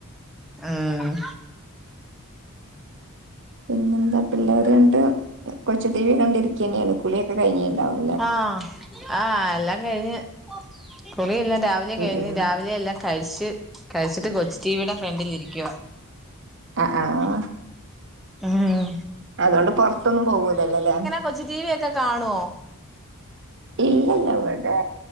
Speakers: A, in the centre; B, on the right (about 55°).
A: ഉം
B: പിന്നെ എന്താ പിള്ളേർ രണ്ട് കൊച്ച ടിവി കണ്ടിരിക്കന്നെയാണ് കുളിയൊക്കെ കഴിഞ്ഞുണ്ടാവും
A: ആഹ് ആഹ് എല്ലാം കഴിഞ്ഞ് കുളിയെല്ലാം രാവിലെ
B: ഉം
A: കഴിഞ്ഞ്
B: ഉം
A: രാവിലെ എല്ലാം കഴിച് കഴിച്ചിട്ട് കൊച്ചു ടിവിയുടെ ഫ്രണ്ടിൽ ഇരിക്കുവ
B: ആഹ് ആഹ് ആഹ്
A: ആഹ്
B: അതോണ്ട് പുറത്തൊന്നും പോകൂലല്ലോ ല്ലേ
A: കൊച്ച് ടിവി ഒക്കെ കാണുവോ
B: ഇല്ലല്ല ഇവിടെ